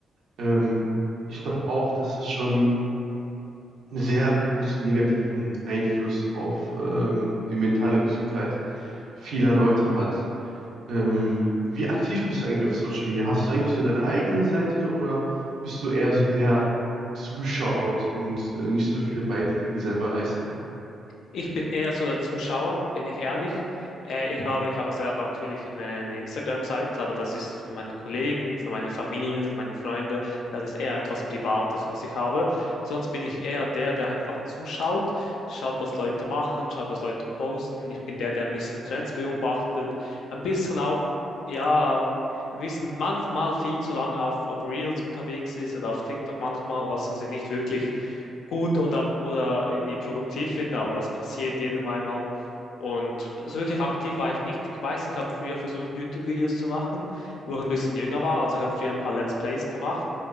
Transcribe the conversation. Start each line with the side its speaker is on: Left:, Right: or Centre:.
Right: Ähm, ich glaube auch, dass es schon einen sehr großen negativen Einfluss auf ähm, die mentale Gesundheit vieler Leute hat. Ähm, wie aktiv bist du eigentlich auf Social Media? Hast du eigentlich so deine eigene Seite oder bist du eher so der zuschaut und äh, nicht so viele Beiträge selber leistet?
Left: Ich bin eher so der Zuschauer, bin ich ehrlich. Äh, ich habe, ich habe selber natürlich eine, eine Instagram-Seite, aber das ist für meine Kollegen, für meine Familie, für meine Freunde. Das ist eher etwas Privates, was ich habe. Sonst bin ich eher der, der einfach zuschaut, schaut, was Leute machen, schaut, was Leute posten. Ich bin der, der ein bisschen Trends beobachtet, ein bisschen auch, ja, ein bisschen manchmal viel zu lange auf, auf Reels unterwegs ist oder auf TikTok manchmal, was also nicht wirklich gut oder, oder irgendwie produktiv finde, aber das passiert jedem einmal. Und so wirklich aktiv war ich nicht. Ich weiß, ich habe früher versucht, YouTube-Videos zu machen, wo ich ein bisschen jünger war. Also ich habe früher ein paar Let's Plays gemacht